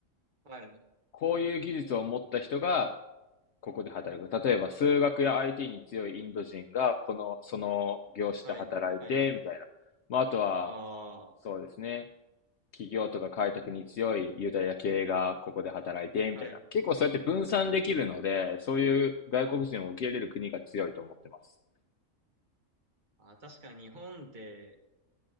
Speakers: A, on the right (about 40°); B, on the left (about 65°).
A: はい、
B: こういう技術を持った人がここで働く。例えば、数学や IT に強いインド人が、この、その業種で働いて、
A: はい、はい。
B: みたいな。まあ、あとは、
A: ああ、
B: そうですね。企業とか開拓に強いユダヤ系がここで働いて、みたいな。
A: はい、
B: 結構そうやって分散できるので、そういう外国人を受け入れる国が強いと思ってます。
A: はい。あ、確かに日本って、